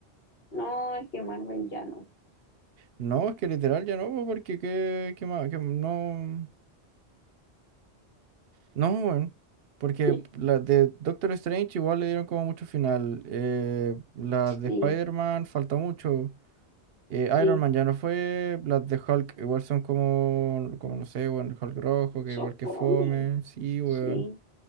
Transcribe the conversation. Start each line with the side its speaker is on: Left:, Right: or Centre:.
Left: No, es que Marvel ya no.
Right: No, es que literal ya no, po, porque qué, qué más, que no, no, bueno, porque
Left: <laughs>
Right: la de Doctor Strange igual le dieron como mucho final, eh, la de
Left: Sí,
Right: Spider-Man falta mucho, eh,
Left: sí.
Right: Iron Man ya no fue, las de Hulk igual son como, como no sé, bueno, Hulk rojo,
Left: Son
Right: que igual que
Left: fome.
Right: fome, sí, weón,
Left: Sí,